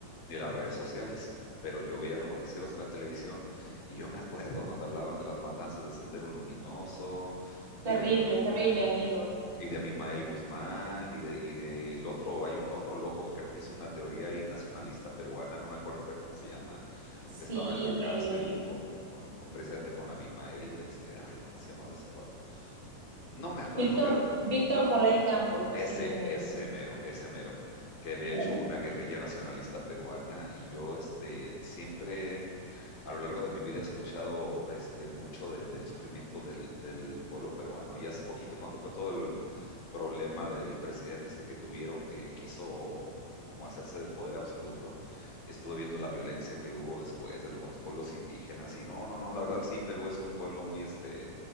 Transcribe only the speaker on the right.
terrible,
terrible, amigo.
Sí,
eh,
Víctor,
Víctor Polay Campos, posiblemente.
Sí.